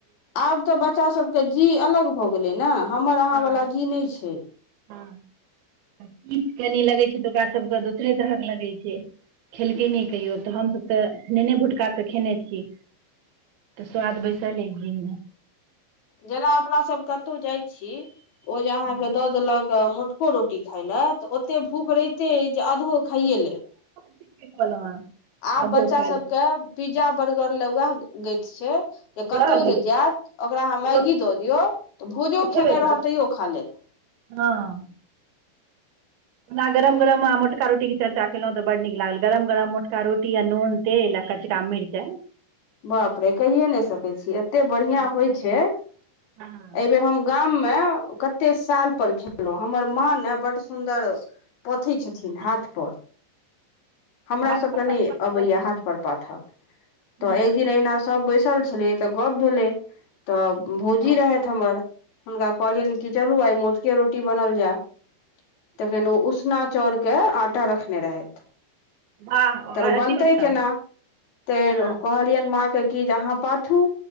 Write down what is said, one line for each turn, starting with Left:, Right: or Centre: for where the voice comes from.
Left: आब तऽ बच्चासभके जीह अलग भऽ गेलै ने, हमर अहाँवला
Right: हँ
Left: जीह नहि छै।
Right: हँ, तीत कनि लगै छै, तऽ ओकरा सबके दोसरे तरहक लगै छै। खेलकै नहि कहियो तऽ, हमसभ तऽ नेने भुटकासँ खेने छी। तऽ, स्वाद बैसल अइ जीह मे।
Left: जेना अपनासभ कतहु जाइत छी, ओ जे अहाँके
Right: हँ
Left: दऽ देलक मु छोटको रोटी खााय लए, तऽ ओतेक भूख रहितै अइ जे आधो खाइए लेब।
Right: ठीके कहलउ अहाँ।
Left: आब
Right: आधो
Left: बच्चा
Right: खा
Left: सबके,
Right: ले
Left: पिज्जा बर्गर ले उएह गति छै। जे कतहु
Right: रह गे
Left: जे जायत, ओकरा अहाँ मैगी
Right: ओ
Left: दऽ दियौ, तऽ भोजो
Right: ओ खेबे
Left: खेने
Right: करत
Left: रहत तैयो खा लेत।
Right: हँ। ना गरम -गरम मोटका रोटी के चर्चा केलहुँं तऽ, बड नीक लागल, गरम -गरम मोटका रोटी आ नून तेल कचका मीरचाई।
Left: बाप रे कहिए नहि सकै छी, एतेक बढ़िआँ
Right: हँ कच्चे
Left: होइ छै। एहि
Right: हँ
Left: बेेर हम गाम मे, कते साल पर खेललहु, हमर माँ ने बड सुन्दर पथै छथिन
Right: हँ
Left: हाथ पर। हमरा
Right: भात
Left: सबके
Right: पर पकवान
Left: नहि
Right: तऽ
Left: अबैया
Right: बड नीक
Left: हाथ पर पाथअ, तऽ
Right: लागल। हँ
Left: एक दिन अहिना सभ बैस पसल छलै, तऽ गप भेलै, तऽ भौजी
Right: हँ
Left: रहैत हमर हुनका कहलियनि कि चलू आइ मोटके रोटी बनल जाय, तखन ओ उसना चाउर के, आटा रखने रहथि।
Right: वाह और
Left: तअ ओ बनतै
Right: अति उत्तम
Left: केना? ते
Right: हँ
Left: कहलियनि माँ के की जे अहाँ पाथू,